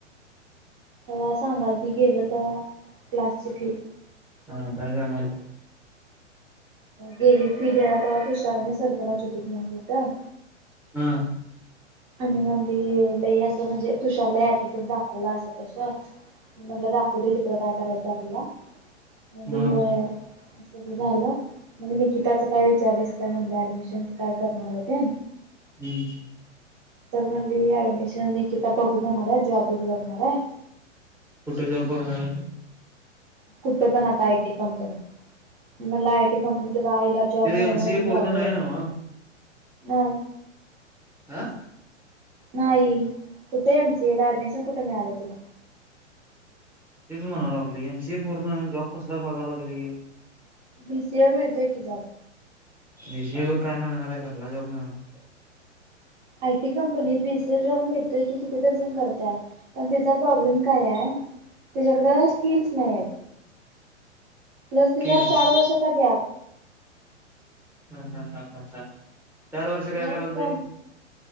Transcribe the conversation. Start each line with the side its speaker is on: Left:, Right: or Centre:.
Right: तेव्हा सांगाल ती गेल तेव्हा क्लासची फी
Centre: हा काय सांगल.
Right: गेली फी द्याला तेव्हा तुशार आणि सरफराज <unintelligible>
Centre: हां
Right: आणि म्हणली लई असं म्हणजे तुषारला एटीट्यूड दाखवला अस तस. मी मणला दाखव दे तिकडं काय करायचं आपल्याला. म्हण
Centre: हा हम्म
Right: होय अस झालं मग निकिताच काय विचारस. त्या म्हण ऍडमिशनच काय करणार आहे ते.
Centre: हम्म
Right: तर मली ऍडमिशन निकिता बघू म्हणालाय जॉबच बघणारय.
Centre: कुठे जॉब बघणार आहे.
Right: कुठं पण आता आयटी कंपनीत. मला आयटी कंपनीत राहिला जॉब
Centre: ते
Right: मिळणार
Centre: एम सी
Right: म्हणजे
Centre: ए पूर्ण
Right: अवघडच
Centre: नाही
Right: आहे.
Centre: नव्ह
Right: नाहीय.
Centre: आं
Right: नाही कुठ एम सी ए ला अऍडमिशन कुठे मिळाले तीला
Centre: तेच म्हणा लागली एम सी ए पूर्ण आहे जॉब कसला बघायला लागली?
Right: बी सी वर मिळतोय की जॉब
Centre: बी सी वर काय मिळणार आहे कसला जॉब मिळणार?
Right: आय टी कंपनीत बी सीएस जॉब मिळतोय की किती दर्जण करतात पण तिचा प्रॉब्लेम काय आहे. त्याच्याकडं स्किल्स नाही आहेत. प्लस
Centre: स्किल्स
Right: तिचा चार वर्षाचा गॅप.
Centre: ह हा हा हा चार वर्ष काय
Right: मग
Centre: करालत
Right: कम
Centre: ही?